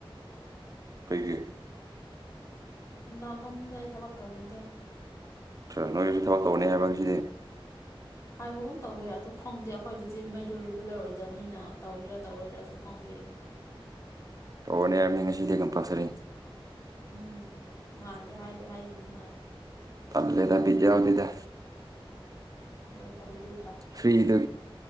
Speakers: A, on the right (about 40°); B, on the left (about 35°).
A: ꯀꯩꯒꯤ
B: ꯅꯨꯡꯗꯥꯡꯈꯣꯗ ꯑꯩ ꯊꯕꯛ ꯇꯧꯅꯤꯡꯗꯦ
A: ꯇ꯭ꯔ ꯅꯣꯏꯒꯤꯁꯨ ꯊꯕꯛ ꯇꯧꯅꯤ ꯍꯥꯏꯕ ꯉꯁꯤꯗꯤ
B: ꯍꯥꯏꯕꯒꯨꯝ ꯇꯧꯋꯦ ꯑꯗꯨ ꯈꯪꯗꯦ ꯑꯩꯈꯣꯏꯗꯗꯤ ꯃꯩꯗꯣ ꯔꯤꯒꯨꯂꯔ ꯑꯣꯏꯗꯦ ꯗꯕꯅꯤꯅ ꯇꯧꯒꯦꯔꯥ ꯇꯧꯔꯣꯏꯔꯁꯨ ꯈꯪꯗꯦ
A: ꯇꯧꯔꯅꯦ ꯍꯥꯏꯕꯅꯤ ꯉꯁꯤꯗꯤ ꯀꯝꯄꯜꯁꯔꯤ
B: ꯎꯝ ꯅꯍꯥꯟꯗꯤ ꯍꯥꯏꯗꯤ ꯍꯥꯏꯈꯤꯕꯅꯤ ꯍꯣꯏ
A: ꯇꯜꯂꯦꯗ ꯕꯤꯗ ꯌꯥꯎꯗꯦꯗ
B: ꯗꯦ ꯐꯔꯤꯗꯤ
A: ꯐ꯭ꯔꯤꯗ